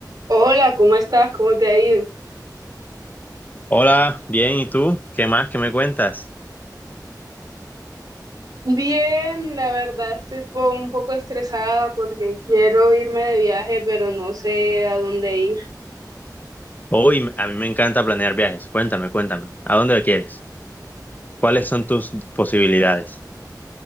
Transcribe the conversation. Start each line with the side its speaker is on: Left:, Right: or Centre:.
Right: Hola, ¿cómo estás? ¿Cómo te ha ido?
Left: Hola, bien, ¿y tú? ¿Qué más? ¿Qué me cuentas?
Right: Bien, la verdad estoy po- un poco estresada porque quiero irme de viaje, pero no sé a dónde ir.
Left: Hoy a mí me encanta planear viajes. Cuéntame, cuéntame. ¿A dónde quieres? ¿Cuáles son tus posibilidades?